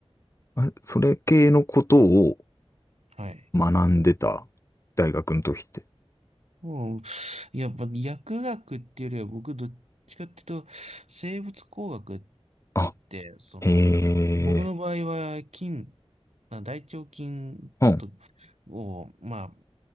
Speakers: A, on the left (about 30°); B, on the right (about 80°).
A: あれ、それ系のことを
B: はい。
A: 学んでた、大学の時って。
B: うん。やっぱ薬学っていうよりは僕どっちかっていうと生物工学っ
A: あ、
B: て言って、その僕の場合は菌、
A: へえ、
B: まあ大腸菌ちょっと
A: うん、
B: を、ま